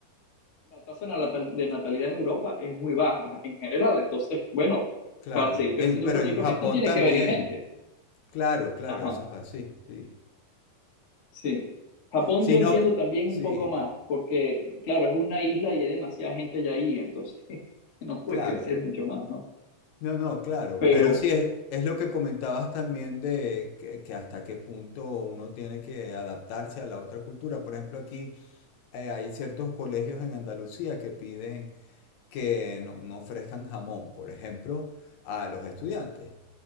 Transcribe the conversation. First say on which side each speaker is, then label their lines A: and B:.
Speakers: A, on the left (about 45°); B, on the left (about 75°).
A: la tasa de natal- de natalidad en Europa es muy baja en general, entonces, bueno,
B: claro.
A: para seguir
B: En-
A: creciendo
B: pero
A: económicamente
B: en Japón
A: tiene
B: también.
A: que venir gente.
B: Claro, claro,
A: Ajá,
B: eso es así, sí.
A: sí. Japón
B: Sí,
A: yo
B: no,
A: entiendo también
B: sí,
A: un poco más, porque claro, es una isla y hay demasiada gente ya ahí, entonces <laughs> no puede
B: claro.
A: crecer mucho más, ¿no?
B: No, no, claro.
A: Pero,
B: Pero sí, es, es lo que comentabas también de que, que hasta qué punto uno tiene que adaptarse a la otra cultura. Por ejemplo, aquí eh, hay ciertos colegios en Andalucía que piden que no, no ofrezcan jamón, por ejemplo, a los estudiantes.